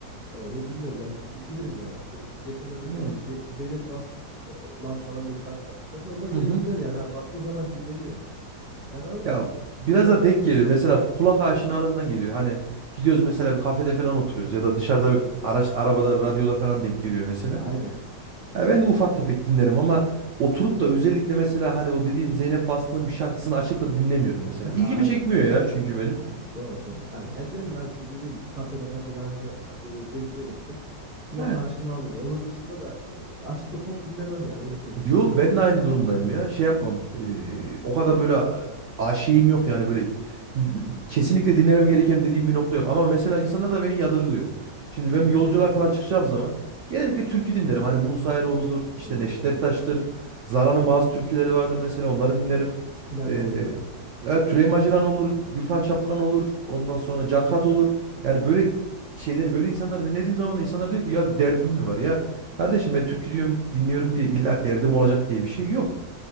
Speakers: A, on the right (about 30°); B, on the right (about 80°).
A: Ya öyle dinliyoruz ya. bilirim yani. Şu geçenlerde
B: Evet.
A: bir Ze- Zeynep Bastık e, lan falan diye bir şarkı yapmış. Mesela onlar yine
B: Hı hı.
A: güzel yani abi. Baktığın zaman dinleniyor. Yani ama
B: Ya biraz
A: genel
B: da
A: olarak
B: denk
A: şey
B: geliyor.
A: yapmam
B: Mesela
A: yani.
B: kulak aşinalığından geliyor. Hani gidiyoruz mesela bir kafede falan oturuyoruz ya da dışarıda araç arabada radyoda falan denk geliyor mesela.
A: Aynen.
B: Ya ben de ufak tefek dinlerim ama oturup da özellikle mesela hani o dediğin Zeynep Bastık'ın bir şarkısını açıp da dinlemiyorum mesela.
A: <laughs>
B: İlgimi
A: Aynen.
B: çekmiyor ya çünkü benim.
A: Ya doğru doğru. Aynen. Ya diyorum ya işte dediğin gibi kafede mafede anca ha, böyle denk gelirse kulak
B: He.
A: aşina oluyor. Onun dışında da e, açıp da pop dinlemem yani öyle söyleyeyim
B: Yo
A: yani abi.
B: ben de aynı durumdayım ya. Şey yapmam. eee, o kadar böyle a- şeyim yok yani böyle kesinlikle dinlemem gereken dediğim bir nokta yok. Ama mesela insanlar da beni yadırgıyor. Şimdi
A: <laughs>
B: ben yolculuğa falan çıkacağım zaman genellikle türkü dinlerim. Hani Musa Eroğlu'dur, işte
A: O
B: Neşet
A: çok
B: Ertaş'tır.
A: iyi.
B: Zara'nın bazı türküleri vardır mesela onları dinlerim.
A: Aynen. Tülay
B: Eee
A: Maciran
B: evet, Tüleyman Ceylan olur, Gürkan Çapkan olur, ondan sonra Cankat olur. Yani böyle şeyleri böyle insanları dinlediğim zaman da insanlar diyor ki ya derdin mi var ya? Kardeşim ben türkü diyorum, dinliyorum diye illa derdim olacak diye bir şey yok.